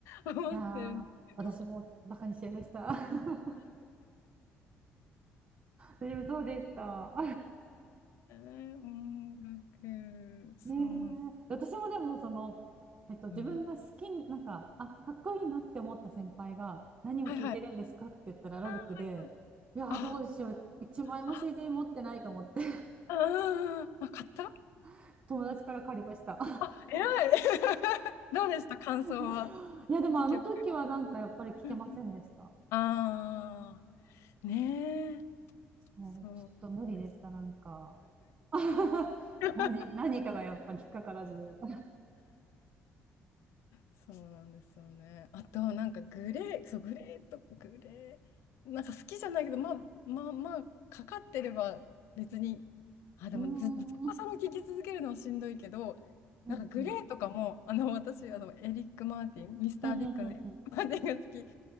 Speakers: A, on the left; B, on the right.
A: <laughs> 思ってるんですけど。
B: いやー、私もバカにしちゃいました。<laughs> 私もそうでした。
A: えー、音楽、そうなん、
B: ねえ私もでもその、えっと、自分が好きなんかあかっこいいなって思った先輩が何を聞いてるんですかって言ったらラルクでいやーどうしよう1枚も
A: うん。はいはい。あー、はいはい。あー、あ、
B: CD 持ってないと思って
A: あー、あ、買った
B: <laughs> 友達から借りました
A: あ、偉い <laughs> どうでした感想は。
B: <laughs> いやでもあの時はなんかやっぱり聞けませんでした
A: いい曲。うんうん。あー、ねえ、
B: そうちょっと無理でしたなんか
A: そうです。
B: <laughs>
A: <laughs>
B: 何、何かがやっぱり引っかからずう
A: そうなんですよね。あと、なんかグレー、そう、グレーとグレー、なんか好きじゃないけど、まあまあまあ、かかってれば別に、あ、でもず、
B: ーんうん
A: ずっとそれを聞き続けるのはしんどいけど、
B: うん
A: なんかグレーとかも、あの、私、あの、エリック・マーティン、ミスター・
B: うんうんうんうん
A: ビッグのエリック・マーティンが好き